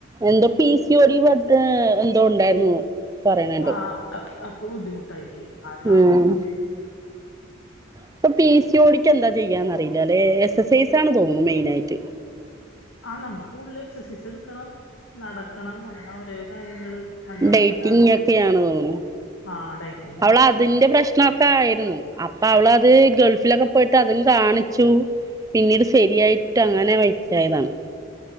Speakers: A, on the right; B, on the left.
A: എന്തോ പി സ ഓടി എന്തോ ഉണ്ടായിരുന്നു. പറയണണ്ട്
B: ആഹ അപ്പൊ ബുദ്ധിമുട്ടായിക്കേ ആരവാന്ന്
A: ഉം ഇപ്പൊ പി സി ഒ ടീ ക്ക് എന്താ ചെയ്യാന്ന്റിയില്ല അല്ലേ എക്സ് എസ്സൈസ്ണ് തോന്നുന്നു മെയിൻ ആയിട്ട്
B: ആ നമ്മ കൂടുതൽ എക്സസൈസ് എടുക്കണം നടക്കണം അങ്ങനെ ഓരോരോ കാര്യങ്ങള് വണ്ണം
A: ഡേറ്റിംങ്ങ്
B: അങ്ങനെ അതി
A: ഒക്കെയ ആാണ് തോന്നുന്നു
B: ആ ഡൈറ്റിങ് ചെയ്യണം
A: അവൾ അതിന്റെ പ്രശ്നൊക്കെ ആയിരുന്നു അപ്പൊ അവള അത് ഗൾഫിലൊക്കെ പോയിട്ട് അതും കാണിച്ചു പിന്നീട് ശരിയായിട്ട് അങ്ങനെ വറ്റായതാണ്